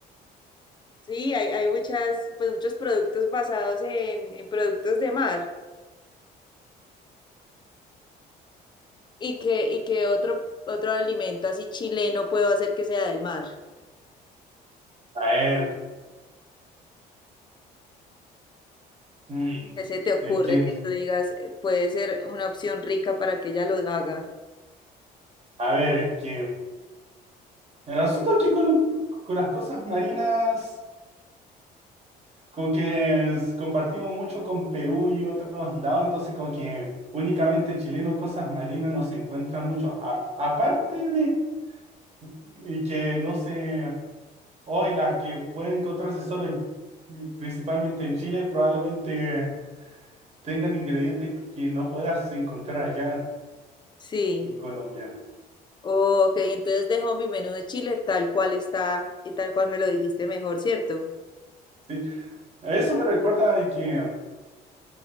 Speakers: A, on the left; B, on the right.
A: Sí, hay, hay muchas, pues muchos productos basados en, en productos de mar. ¿Y que y que otro, otro alimento así chileno puedo hacer que sea del mar?
B: A ver, mm,
A: ¿Qué se te ocurre
B: es que,
A: que tú digas, eh, puede ser una opción rica para que ella lo haga?
B: a ver, es que el asunto es que con, lo- con las cosas marinas, como que es- compartimos mucho con Perú y otros lados, entonces como que únicamente chileno cosas marinas no se encuentran mucho. A- aparte de y que no sé, hoy las que pueden encontrarse solo en, principalmente en Chile, probablemente tengan ingredientes que no puedas encontrar allá
A: Sí.
B: en Colombia.
A: Ok, entonces dejo mi menú de chile tal cual está y tal cual me lo dijiste mejor, ¿cierto?
B: ¿sí? Eso me recuerda de que